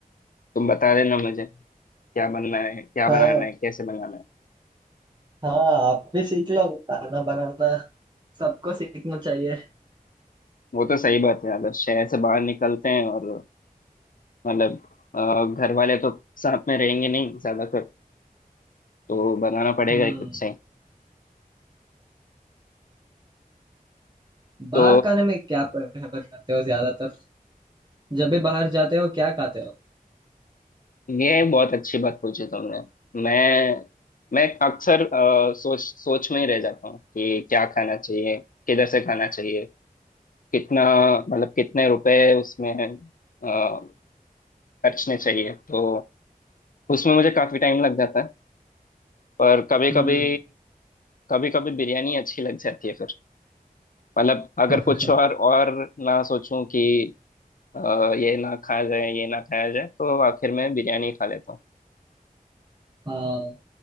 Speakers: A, on the left; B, on the right.
A: तुम बता देना मुझे क्या बनना है क्या
B: हाँ
A: बनाना है कैसे बनाना है
B: हाँ आप भी सीख लो खाना बनाना सबको सीखना चाहिए
A: वो तो सही बात है अगर शहर से बाहर निकलते हैं और मतलब अ, घर वाले तो साथ में रहेंगे नहीं ज्यादातर तो बनाना पड़ेगा
B: हम्म
A: ही खुद से ही।
B: बाहर
A: तो
B: खाने में क्या प्रेफर करते हो ज्यादातर जब भी बाहर जाते हो क्या खाते हो
A: ये बहुत अच्छी बात पूछी तुमने मैं मैं अक्सर अ, सोच सोच में ही रह जाता हूँ कि क्या खाना चाहिए किधर से खाना चाहिए कितना मतलब कितने रुपए उसमें अ, खर्चने चाहिए तो उसमें मुझे काफी टाइम लग जाता है पर कभी कभी
B: हम्म
A: कभी कभी बिरयानी अच्छी लग जाती है फिर मतलब अगर
B: <laughs>
A: कुछ और और ना सोचूं कि अ, ये ना खाया जाए ये ना खाया जाए तो आखिर में बिरयानी खा लेता हूँ
B: हाँ